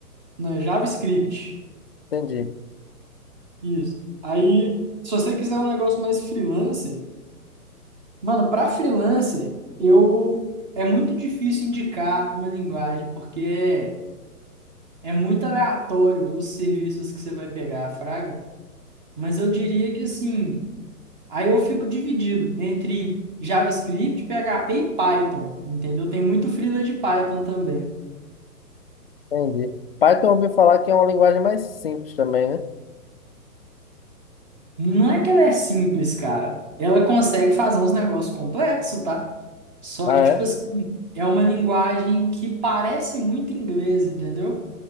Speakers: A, on the right; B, on the left.
A: né, JavaScript,
B: Entendi,
A: isso. Aí, se você quiser um negócio mais freelancer, mano, para freelancer, eu... É muito difícil indicar uma linguagem, porque é, é muito aleatório os serviços que você vai pegar, fraga. Mas eu diria que, assim, Aí eu fico dividido entre JavaScript, PHP e Python, entendeu? Tem muito freela de Python também.
B: entendi. Python eu ouvi falar que é uma linguagem mais simples também, né?
A: Não é que ela é simples, cara. Ela consegue fazer uns negócios complexos, tá? Só
B: Ah,
A: que, tipo
B: é?
A: assim, é uma linguagem que parece muito inglês, entendeu?